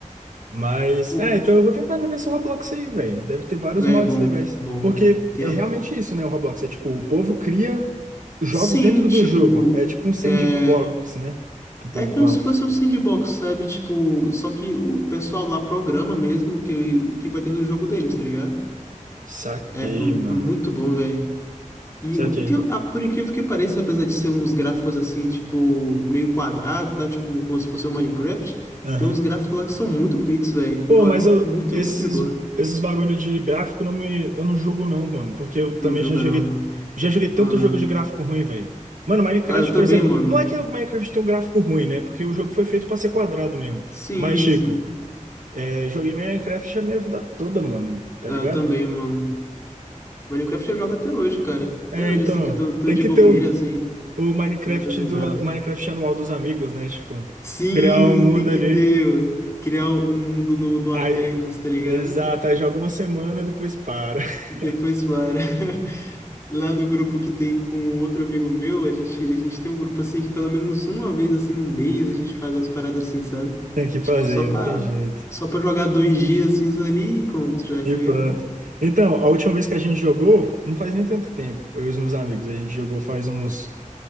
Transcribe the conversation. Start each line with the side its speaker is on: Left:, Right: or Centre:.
Right: Mas,
Left: Pô,
Right: é, então eu vou tentar ver esse Roblox aí, velho. Deve ter vários
Left: velho,
Right: mods
Left: é bom,
Right: legais.
Left: é bom.
Right: Porque
Left: Tem...
Right: é realmente
Left: um,
Right: isso, né, o Roblox? É tipo, o povo cria jogos
Left: Sim,
Right: dentro
Left: tipo.
Right: do jogo. É tipo um sandbox,
Left: É.
Right: né? Que o povo
Left: É como
Right: fala.
Left: se fosse um sandbox, sabe? Tipo, só que o pessoal lá programa mesmo o que, o que vai ter no jogo deles, tá ligado?
Right: Saquei,
Left: É, é muito
Right: mano.
Left: bom, velho. E
Right: Saquei.
Left: tem- ah, por incrível que pareça, apesar de ser uns gráficos assim, tipo, meio quadrado, tá? Tipo, como se fosse um Minecraft,
Right: Aham.
Left: tem uns gráficos lá que são muito bonitos, velho. E
Right: Pô,
Left: rodem
Right: mas eu,
Left: muito,
Right: esses,
Left: muito de boa.
Right: esses bagulho de gráfico não me, eu não julgo não, mano. Porque eu
Left: Não
Right: também
Left: julga,
Right: já joguei,
Left: não.
Right: já joguei tanto
Left: Aham.
Right: jogo de gráfico ruim, velho. Mano, Minecraft,
Left: Ah, eu também,
Right: por exemplo,
Left: mano.
Right: não é que o Minecraft tem um gráfico ruim, né? Porque o jogo foi feito pra ser quadrado mesmo.
Left: Sim,
Right: Mas, tipo,
Left: sim.
Right: É, joguei Minecraft a minha vida toda, mano, tá
Left: Ah,
Right: ligado?
Left: eu também, mano. Minecraft eu jogo até hoje, cara.
Right: É,
Left: Até hoje,
Right: então,
Left: assim, que eu tô, tô
Right: tem
Left: de
Right: que
Left: bobeira,
Right: ter o,
Left: assim, sem
Right: o Minecraft
Left: nem fazer
Right: do
Left: nada.
Right: Minecraft anual dos amigos, né? Tipo,
Left: Sim,
Right: criar um mundo
Left: tem que
Right: ali.
Left: ter, mano. Criar um mundo no, no
Right: Aí,
Left: Aternos, tá ligado?
Right: exato, aí joga uma semana, depois para. <laughs>
Left: E depois para. <laughs> Lá no grupo que tem com outro amigo meu, a gente, a gente tem um grupo assim que pelo menos uma vez assim num mês a gente faz umas paradas assim, sabe?
Right: Tem que
Left: Tipo,
Right: fazer,
Left: só pra,
Right: não tem jeito.
Left: só pra jogar dois dias ali e pronto, já,
Right: E
Left: tá
Right: pronto.
Left: ligado?
Right: Então, a última vez que a gente jogou, não faz nem tanto tempo, eu e os meus amigos, a gente jogou faz uns,